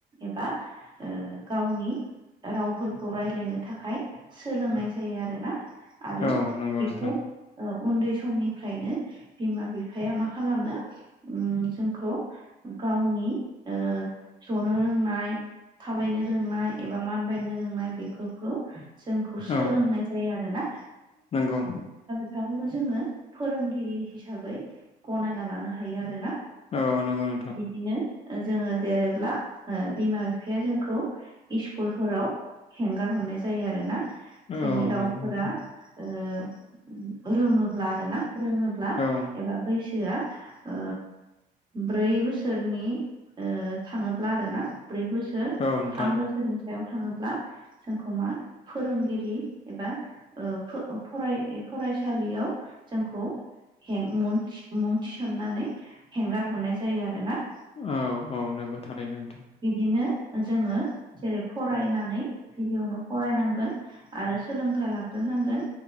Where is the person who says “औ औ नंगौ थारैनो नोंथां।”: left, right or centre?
Left